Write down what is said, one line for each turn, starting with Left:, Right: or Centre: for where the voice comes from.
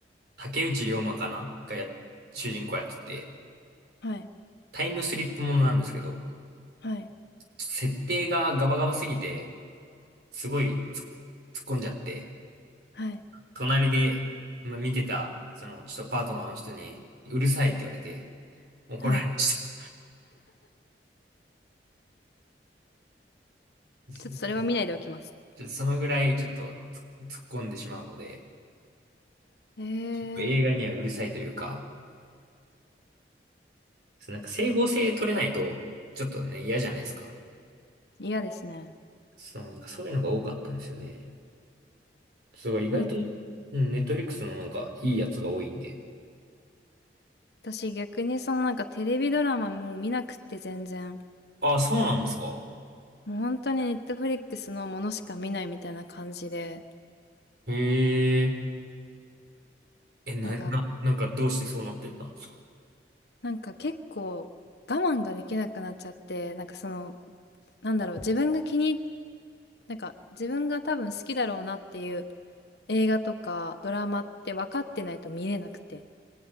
Right: 竹内涼真かながや、主人公やってて、
Left: はい、
Right: タイムスリップものなんですけど、
Left: はい、
Right: 設定がガバガバすぎて、すごいつ突っ込んじゃって、
Left: はい、
Right: 隣で、まあ、見てた、その、ちょっとパートナーの人に、うるさいって言われて、怒られました。
Left: はい。
Right: <laughs>
Left: ちょっとそれは見ないでおきます。
Right: ちょっとそのぐらいちょっと突っ突っ込んでしまうので、
Left: へ
Right: やっぱ映画にはうるさいというか、
Left: え、
Right: そうなんか整合性取れないと、ちょっとね、嫌じゃないですか。
Left: 嫌ですね。
Right: そう、なんかそういうのが多かったんですよね。そう、意外と、
Left: なんか、
Right: うん、ネットフリックスのなんかいいやつが多いんで。
Left: 私逆にそのなんかテレビドラマもう見なくって全然。
Right: ああ、そうなんですか。
Left: もう本当にネットフリックスのものしか見ないみたいな感じで、
Right: へえ。え、な、
Left: なんか
Right: な、なんかどうしてそうなってたんですか。
Left: なんか結構我慢ができなくなっちゃって、なんかその、なんだろう、自分が気に、なんか自分が多分好きだろうなっていう映画とかドラマって分かってないと見れなくて、